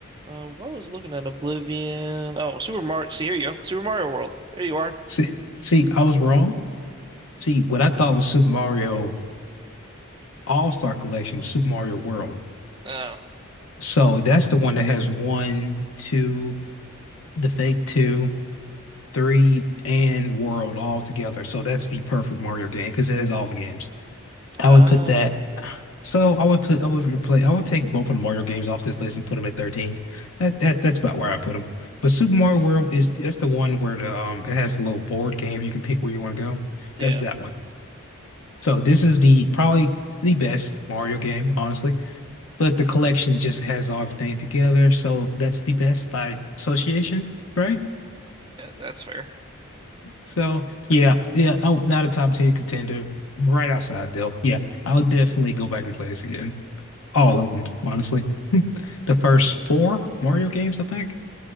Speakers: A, on the right; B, on the left.
A: Uh, what was looking at Oblivion? Oh, Super Mario. See, here you go. Super Mario World. There you are.
B: See, see, I was wrong. See, what I thought was Super Mario All-Star Collection was Super Mario World.
A: Oh,
B: So that's the one that has one, two, the fake two, three, and World all together. So that's the perfect Mario game because it has all the games.
A: ah,
B: I would put that. So I would put I would replay, I would take both of the Mario games off this list and put them at 13. That that that's about where I put them. But Super Mario World is that's the one where the um it has a little board game you can pick where you want to go.
A: yeah,
B: That's that one. So this is the probably the best Mario game, honestly. But the collection just has everything together, so that's the best by association, right?
A: that, that's fair.
B: So yeah, yeah. Oh, not a top 10 contender. Right outside though. Yeah, I'll definitely go back and play this again. All of them, honestly. <laughs> The first four Mario games, I think.